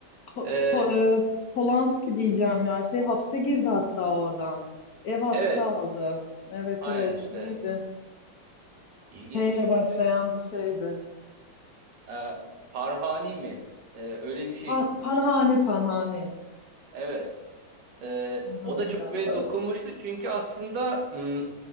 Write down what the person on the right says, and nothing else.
Ee,
Evet,
aynen
işte
ilginç.
E,
e, Parhani mi? E, öyle bir şey.
Evet. Ee,
o da çok
böyle dokunmuştu çünkü aslında hmm,